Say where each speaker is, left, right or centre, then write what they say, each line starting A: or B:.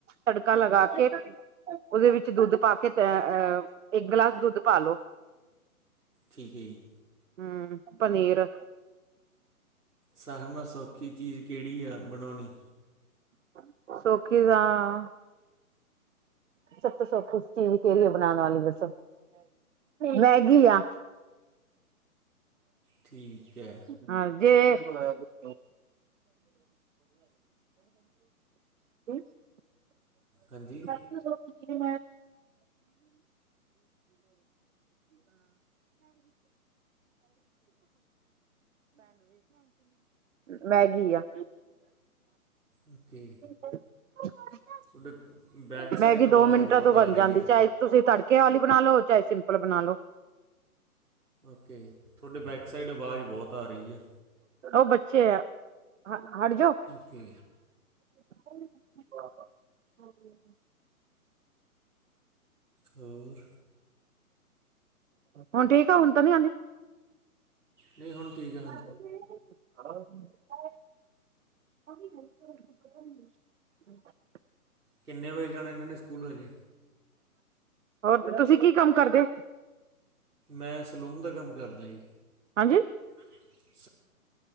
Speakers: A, on the right; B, on the right.
A: ਤੜਕਾ ਲਗਾ ਕੇ, ਉਹਦੇ ਵਿੱਚ ਦੁੱਧ ਪਾ ਕੇ ਤੇ ਅਹ, ਇੱਕ ਗਲਾਸ ਦੁੱਧ ਪਾ ਲਓ।
B: ਠੀਕ ਹੈ ਜੀ
A: ਹਮ, ਪਨੀਰ
B: ਸਭ ਮੈਂ ਸੌਖੀ ਚੀਜ਼ ਕਿਹੜੀ ਆ ਬਣਾਉਣੀ?
A: <unintelligible> ਸਭ ਤੋਂ ਸੌਖੀ ਚੀਜ਼ ਕਿਹੜੀ ਹੈ ਬਣਾਉਣ ਵਾਲੀ ਦੱਸੋ? ਮੈਗੀ ਆ।
B: ਠੀਕ ਹੈ।
A: ਹਾਂ, ਜੇ ਦ <unintelligible>
B: ਹਾਂਜੀ?
A: <unintelligible> ਹਾਂ ਮੈਗੀ ਆ।
B: ਓਕੇ।
A: <inaudible>
B: <unintelligible>
A: ਮੈਗੀ
B: ਆਵਾਜ਼
A: ਦੋ ਮਿੰਟਾਂ
B: ਬਹੁਤ
A: ਤੋ
B: ਆ
A: ਬਣ
B: ਰਹੀ
A: ਜਾਂਦੀ।
B: ਆ
A: ਚਾਹੇ ਤੁਸੀਂ ਤੜਕੇ ਵਾਲੀ ਬਣਾ ਲਓ, ਚਾਹੇ ਸਿੰਪਲ ਬਣਾ ਲੳ।
B: ਓਕੇ, ਤੁਹਾਡੇ ਬੈਕ ਸਾਈਡ ਆਵਾਜ਼ ਬਹੁਤ ਆ ਰਹੀ ਆ।
A: ਉਹ ਬੱਚੇ, ਹਾ ਹਟਜੋ
B: ਕਿ
A: <inaudible> ਹਾਂਜੀ-ਹਾਂਜੀ
B: ਹੋਰ?
A: ਹੁਣ ਠੀਕ ਆ, ਹੁਣ ਤਾਂ ਨੀ ਆਉਦੀ।
B: ਨਹੀਂ ਹੁਣ ਠੀਕ ਹੈ।
A: <unintelligible> ਆਹ
B: ਕਿੰਨੇ ਵਜੇ ਜਾਣਾ ਇਹਨਾਂ ਨੇ ਸਕੂਲ ਹਜੇ?
A: ਹੋਰ ਤੁਸੀਂ ਕੀ ਕੰਮ ਕਰਦੇ।
B: ਮੈਂ ਸਲੂਨ ਦਾ ਕੰਮ ਕਰਦਾ ਜੀ।
A: ਹਾਂਜੀ
B: ਹਾਜੀ?